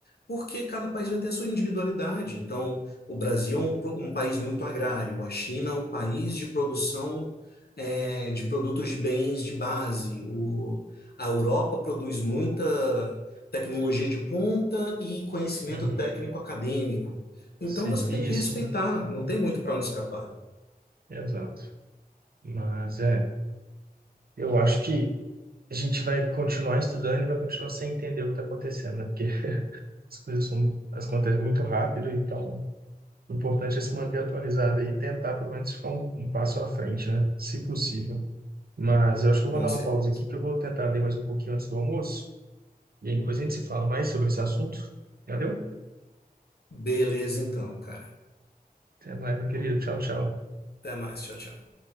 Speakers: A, on the left; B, on the right.
A: porque cada país vai ter a sua individualidade. Então, o Brasil é um, pro- um país muito agrário, a China é um país de produção é, de produtos de bens de base, o, a Europa produz muita tecnologia de ponta e conhecimento
B: uhum.
A: técnico acadêmico. Então,
B: Serviços,
A: você tem que respeitar,
B: né?
A: não tem muito para onde escapar,
B: Exato. Mas é, eu acho que a gente vai continuar estudando e vai continuar sem entender o que está acontecendo, né? Porque as coisas são, elas acontecem muito rápido, então o importante é se manter atualizado e tentar pelo menos ficar um, um passo à frente, né? Se possível. Mas eu acho que eu
A: com
B: vou dar
A: certeza.
B: uma pausa aqui, que eu vou tentar ler mais um pouquinho antes do almoço, e aí depois a gente se fala mais sobre esse assunto. Valeu?
A: Beleza, então, cara.
B: Até mais, meu querido. Tchau, tchau.
A: Até mais, tchau, tchau.